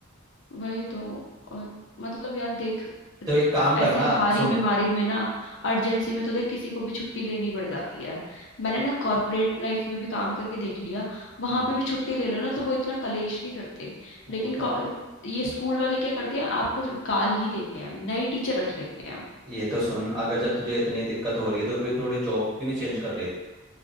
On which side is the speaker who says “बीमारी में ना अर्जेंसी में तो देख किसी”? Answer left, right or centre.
Left